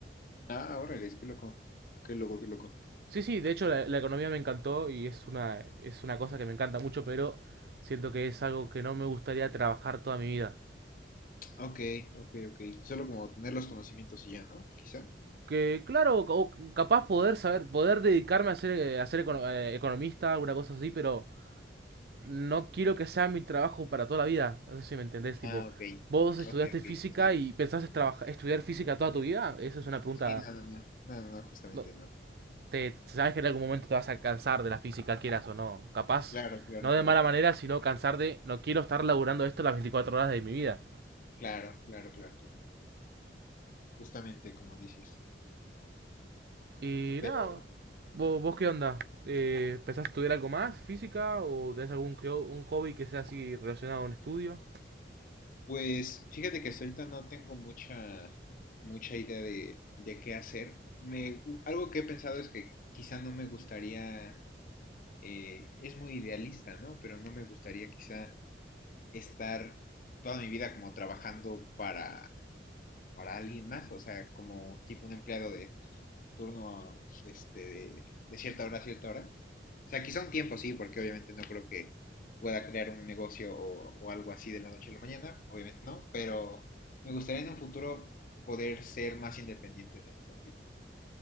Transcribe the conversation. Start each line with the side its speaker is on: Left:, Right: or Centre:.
Left: Ah, órale, es que loco. Qué loco, qué loco.
Right: Sí, sí, de hecho la, la economía me encantó y es una, es una cosa que me encanta mucho, pero siento que es algo que no me gustaría trabajar toda mi vida.
Left: Ok, ok, ok. Solo como tener los conocimientos y ya, ¿no? Quizá.
Right: Que claro, o capaz poder saber, poder dedicarme a ser, a ser econo- eh, economista, alguna cosa así, pero no quiero que sea mi trabajo para toda la vida. No sé si me entendés, tipo,
Left: Ah, ok.
Right: vos estudiaste
Left: Ok, ok,
Right: física
Left: sí.
Right: y pensás trabajar, estudiar física toda tu vida. Esa es una pregunta...
Left: Sí, no, no, no. No, no, no, justamente
Right: no,
Left: no.
Right: te, sabes que en algún momento te vas a cansar de la física, quieras o no. Capaz,
Left: Claro, claro,
Right: no de
Left: claro.
Right: mala manera, sino cansar de, no quiero estar laburando esto las 24 horas de mi vida.
Left: Claro, claro, claro, claro. Justamente como dices.
Right: Y
Left: Pero,
Right: nada, ¿vos, vos qué onda? Eh, ¿Pensás estudiar algo más, física, o tenés algún un hobby que sea así relacionado a un estudio?
Left: pues, fíjate que hasta ahorita no tengo mucha, mucha idea de, de qué hacer. Me, u- algo que he pensado es que quizá no me gustaría, eh, es muy idealista, ¿no? Pero no me gustaría quizá estar toda mi vida como trabajando para, para alguien más, o sea, como tipo un empleado de turno este, de, de cierta hora a cierta hora. O sea, quizá un tiempo sí, porque obviamente no creo que pueda crear un negocio o, o algo así de la noche a la mañana, obviamente no, pero me gustaría en un futuro poder ser más independiente en ese sentido.